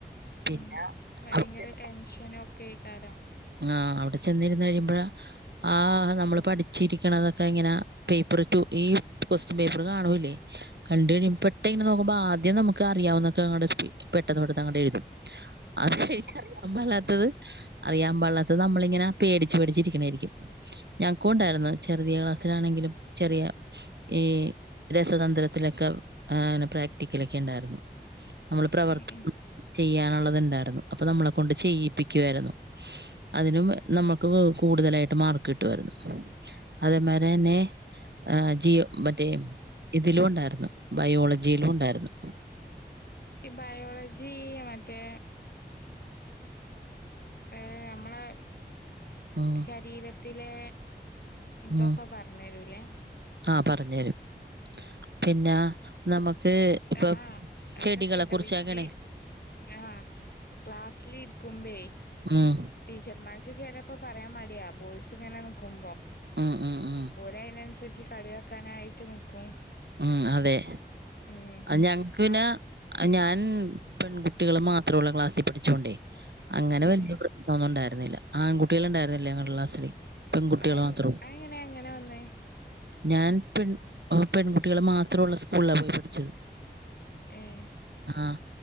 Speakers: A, on the right; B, on the left.
A: പിന്നെ
B: മ് വയങ്കര
A: അവർക്ക്
B: ടെൻഷനൊക്കെകാരം.
A: ങാഹ് അവിടെ ചെന്നിരുന്ന് കഴിയുമ്പഴാ ആഹ് നമ്മള് പഠിച്ചിരിക്കണതൊക്കെ ഇങ്ങനെ പേപ്പർ റ്റു ഈ കൊസ്റ്റ്യൻ പേപ്പറ് കാണൂല്ലേ കണ്ട് കഴിയുമ്പം പെട്ടന്ന്ങ്ങനെ നോക്കുമ്പം ആദ്യം നമുക്ക് അറിയാവുന്നൊക്കെങ്ങട് സ്പീ പെട്ടെന്ന് പെട്ടെന്ന് അങ്ങ്ടെഴുതും.
B: <inaudible>
A: അത് കഴിഞ്ഞ് അറിയാൻ പാടില്ലാത്തത് അറിയാൻ പാടില്ലാത്തത് നമ്മളിങ്ങനെ പേടിച്ച് പേടിച്ച് ഇരിക്കെണേയിരിക്കും ഞങ്ങൾക്കൂണ്ടായിരുന്നു ചെറിയ ക്ലാസ്സിലാണെങ്കിലും ചെറിയ ഈ രസതന്ത്രത്തിലൊക്കെ ഏഹ് ങ്നെ പ്രാക്ടിക്കലൊക്കെ ഉണ്ടായിരുന്നു. നമ്മള് പ്രവർത്തം
B: ഉം ഉം
A: ചെയ്യാനുള്ളത്ണ്ടായിരുന്നു അപ്പൊ നമ്മളെ കൊണ്ട് ചെയ്യിപ്പിക്കുവായിരുന്നു അതിനും നമ്മുക്ക് കൂടുതലായിട്ട് മാർക്ക് കിട്ടുവായിരുന്നു അതേമാരി തന്നെ ഏഹ് ജിയോ മറ്റേ ഇതിലും ഉണ്ടായിരുന്നു ബയോളജിയിലും ഉണ്ടായിരുന്നു
B: ഈ ബയോളജി മറ്റേ ഏഹ് നമ്മളെ
A: ഉം
B: ശരീരത്തിലെ ഇതൊക്കെ
A: ഉം
B: പർഞ്ഞരു ലേ
A: ആഹ് പറഞ്ഞെരും പിന്നെ നമു ക്ക് ഇപ്പം
B: ആഹ്
A: ചെടികളെ
B: അതൊക്കെട്ടോ
A: കുറിച്ചാക്കണേ
B: വിറ്റ് ആഹ് ക്ലാസ്സില് ഇരിക്കുമ്പേ
A: ഊംഹ്
B: ടീച്ചർമാർക്ക് ചിലപ്പോ പറയാൻ മടിയാ ബോയ്സ് ഇങ്ങനെ നിക്കും
A: ഉം ഉം ഉം
B: ഓലയിനൻസരിച്ച് കളിയാക്കാനായിട്ട് നിക്കും
A: ഉം അതെ.
B: ഉം
A: അ ഞങ്ങക്ക് പിന്നെ
B: അ
A: ഞാൻ പെൺകുട്ടികള് മാത്രുള്ള ക്ലാസ്സിൽ പഠിച്ചോണ്ടേ അങ്ങനെ വല്യ
B: ഏ
A: പ്ര ശ്ന ഒന്നും ഉണ്ടായിരുന്നില്ല. ആൺകുട്ടികള് ഉണ്ടായിരുന്നില്ല ഞങ്ങള ക്ലാസില് പെൺകുട്ടികൾ
B: അ
A: മാത്രം.
B: അതെങ്ങനെ അങ്ങനെ വന്നേ
A: ഞാൻ പെൺ ഓഹ് പെൺകുട്ടികള് മാത്രവുള്ള സ്കൂളിലാ പോയി പഠിച്ചത്.
B: ഏഹ്
A: ആഹ്